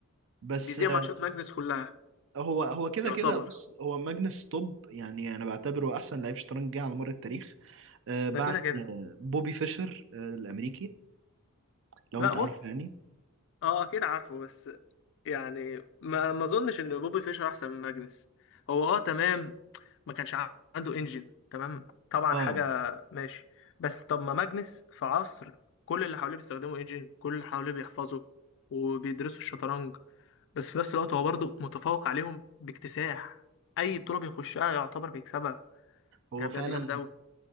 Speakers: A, on the right; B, on the left.
A: بس
B: بيذيع
A: آه،
B: ماتشات ماجنس كلها
A: هو هو كده
B: يعتبر
A: كده بص هو ماجنس توب يعني انا بعتبره احسن لعيب شطرنج جه على مر التاريخ آه، بعد
B: ده كده كده
A: آه، بوبي فيشر آه، الامريكي لو
B: لا
A: انت
B: بص
A: عارفه يعني
B: اه اكيد عارفه بس يعني ما ما اظنش ان بوبي فيشر احسن من ماجنس هو اه تمام ما كانش ع- عنده انجن تمام طبعا
A: اه
B: حاجه ماشي بس طب ما ماجنس في عصر كل اللي حواليه بيستخدموا انجن كل اللي حواليه بيحفظوا وبيدرسوا الشطرنج بس في نفس الوقت هو برضه متفوق عليهم باكتساح اي بطوله بيخشها يعتبر بيكسبها
A: هو
B: يعني
A: فعلا
B: بجد جامد قوي